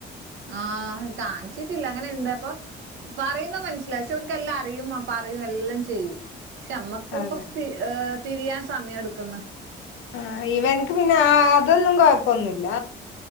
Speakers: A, on the right (about 75°); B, on the left (about 75°).
A: ആഹ് കാണിച്ചിട്ടില്ല അങ്ങനെ ഇണ്ടാപ്പൊ പറയുന്ന മനസ്സിലാവും പക്ഷെ ഓർക്കെല്ലാം അറിയും മാ പറയും എല്ലാം ചെയ്യും. ക്ഷമ്മക്ക്
B: അതെ
A: കുറച്ച് തി തിരിയാൻ സമയം എട്ക്ക്ന്ന്
B: ആഹ് ഇവൻക്ക് പിന്നെ ആ അതൊന്നും കൊഴപ്പൊന്നുല്ല.